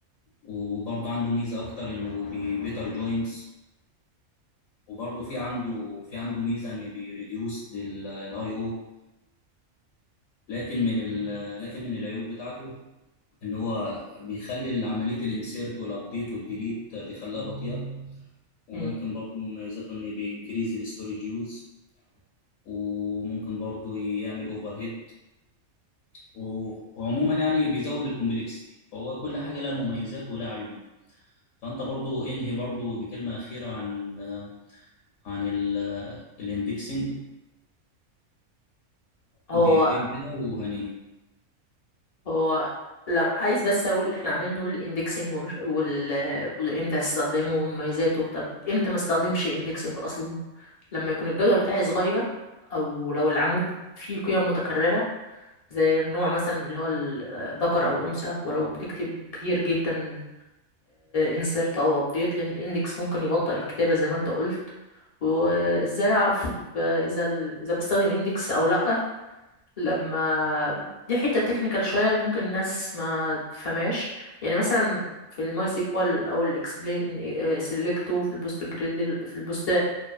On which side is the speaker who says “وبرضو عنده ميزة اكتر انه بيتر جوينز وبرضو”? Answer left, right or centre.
Left